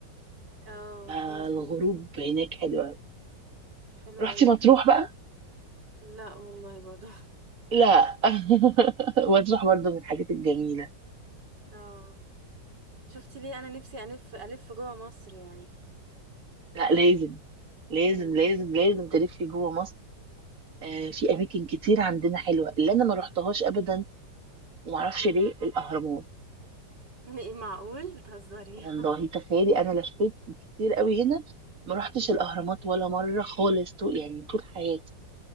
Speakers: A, on the right (about 70°); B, on the right (about 50°).
A: اه
B: فالغروب
A: مظبوط
B: هناك حلوة أوي.
A: حلو
B: رحتي
A: قوي
B: مطروح بقى؟
A: لا والله برضو
B: لا <laughs> مطروح برضه من الحاجات الجميلة
A: <laughs> اه شفتي ليه انا نفسي الف الف جوه مصر يعني
B: لا لازم لازم
A: امم
B: لازم لازم تلفي جوه مصر آه في أماكن كتير عندنا حلوة اللي أنا ما رحتهاش أبدا ومعرفش
A: امم
B: ليه الأهرامات
A: إيه، معقول بتهزري
B: والله تخيلي انا لفيت كتير قوي هنا ما
A: <laughs>
B: رحتش
A: امم
B: الاهرامات ولا مره خالص طو يعني طول حياتي